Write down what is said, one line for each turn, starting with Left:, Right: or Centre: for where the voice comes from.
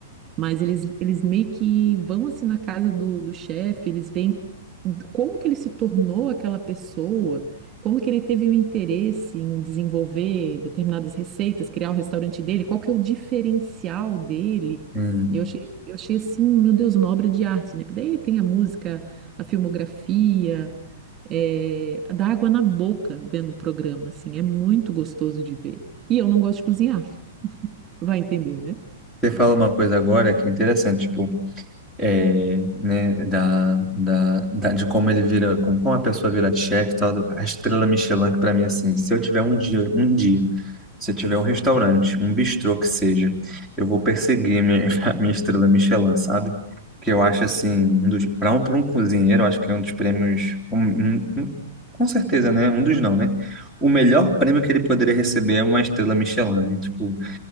Right: Mas eles, eles meio que vão assim na casa do, do chefe, eles veem como que ele se tornou aquela pessoa, como que ele teve o interesse em desenvolver determinadas receitas, criar o restaurante dele, qual que é o diferencial dele.
Centre: hum.
Right: E Eu achei, eu achei assim, meu Deus, uma obra de arte, né? Daí tem a música, a filmografia é, dá água na boca vendo o programa, assim, é muito gostoso de ver. E eu não gosto de cozinhar, vai entender, né?
Centre: Você fala uma coisa agora que é interessante, tipo, é, né, da, da, da- de como ele vira, como, como a pessoa vira chefe, e tal, a estrela Michelin, que para mim, assim, se eu tiver um dia, um dia, se eu tiver um restaurante, um bistrô que seja, eu vou perseguir a minha, <laughs> a minha estrela Michelin, sabe? Que eu acho, assim, um dos, para um, para um cozinheiro, eu acho que é um dos prêmios, um- um- um- com certeza, né? Um dos não, né? O melhor prêmio que ele poderia receber é uma estrela Michelin, né? Tipo,